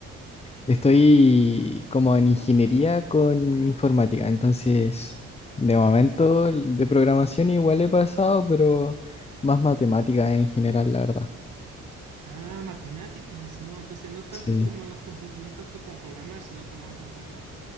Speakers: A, on the left; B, on the right.
A: Estoy como en ingeniería con informática, entonces de momento el de programación igual he pasado, pero más matemática en general, la verdad.
B: Ah, matemáticas, ¿no? Entonces no tanto
A: Sí.
B: como las compu- no tanto como programar, sino como alguien como